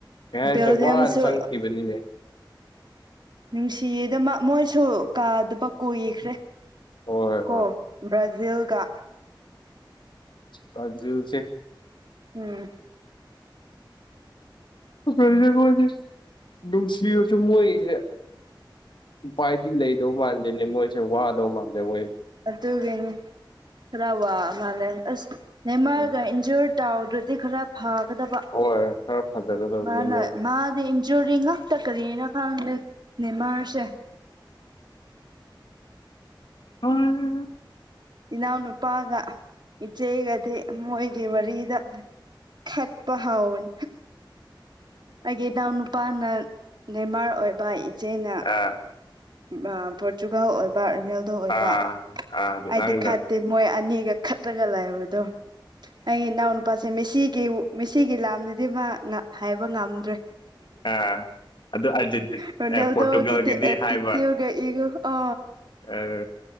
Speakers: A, on the left; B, on the right.
A: ꯀꯦꯆ
B: ꯕꯦꯜꯖꯤꯌꯝꯁꯨ
A: ꯋꯥ ꯆꯪ ꯊꯤꯕꯅꯤꯅꯦ
B: ꯅꯨꯡꯁꯤꯗ ꯃꯣꯏꯁꯨ ꯀꯥꯗꯕ ꯀꯨꯏꯈ꯭ꯔꯦ
A: ꯍꯣꯏ
B: ꯀꯣ
A: ꯍꯣꯏ
B: ꯕ꯭ꯔꯖꯤꯜꯒ
A: ꯖꯁ
B: ꯎꯝ
A: ꯀꯣꯏ ꯂꯅꯨꯡ ꯁꯤ ꯑꯣ ꯆ ꯃꯣꯏꯁꯦ ꯎꯄꯥꯏꯗꯤ ꯂꯩꯗꯧ ꯃꯥꯟꯗꯦꯅꯦ ꯃꯣꯏꯁꯦ ꯋꯥꯗꯧ ꯃꯜꯂꯦ ꯃꯣꯏ
B: ꯑꯗꯨꯒꯤꯅꯤ ꯈꯔ ꯋꯥ ꯃꯥꯜꯂꯦ ꯑꯁ ꯅꯦꯃꯥꯒ
A: ꯎꯝ
B: ꯏꯟꯖꯣꯔ ꯆꯥꯎꯗ꯭ꯔꯗꯤ ꯈꯔ ꯐꯒꯗꯕ
A: ꯍꯣꯏ ꯈꯔ ꯐꯖꯒꯗꯕꯅꯤ
B: ꯃꯥꯅ
A: ꯃꯣꯏ
B: ꯃꯥꯗꯤ ꯖꯨꯔꯤ ꯉꯥꯛꯇ ꯀꯔꯤꯅ ꯈꯪꯗꯦꯃꯔꯁ
A: ꯑꯣ
B: ꯏꯅꯥꯎꯅꯨꯄꯥꯒ ꯏꯆꯦꯒꯗꯤ ꯃꯣꯏꯒꯤ ꯋꯥꯔꯤꯗ ꯈꯠꯄ ꯍꯥꯎꯟ ꯑꯩꯒꯤ ꯏꯅꯥꯎ ꯅꯨꯄꯥꯅ ꯅꯦꯃꯥꯔ ꯑꯣꯏꯕ ꯏꯆꯦꯅ
A: ꯑꯥ
B: ꯑ ꯄꯣꯔꯇꯨꯒꯜ ꯑꯣꯏꯕ ꯅꯦꯗ ꯑꯣꯏꯕ
A: ꯑꯥ ꯑꯥ
B: ꯑꯩꯗꯤ
A: ꯅꯪꯅ
B: ꯈꯠꯇꯦ ꯃꯣꯏ ꯑꯅꯤꯒ ꯈꯠꯇ꯭ꯔꯒ ꯂꯥꯛꯑꯦꯕꯗꯣ ꯑꯩ ꯏꯅꯥꯎ ꯅꯨꯄꯥꯁꯦ ꯃꯦꯁꯤ ꯃꯤꯁꯤꯒꯤ ꯂꯥꯝꯗꯗꯤ ꯃꯥ ꯍꯥꯏꯕ ꯉꯝꯗ꯭ꯔꯦ
A: ꯑꯥ ꯑꯗꯨ ꯑꯥꯔꯖꯦꯟꯇꯤ
B: ꯃ <inaudible> ꯅꯦꯜꯗꯒꯦ
A: ꯑꯦ ꯄꯣꯔꯇꯨꯒꯜꯒꯤꯗꯤ ꯍꯥꯏꯕ
B: ꯇꯊꯤꯔꯒ ꯑꯩꯒ ꯑ
A: ꯑꯥ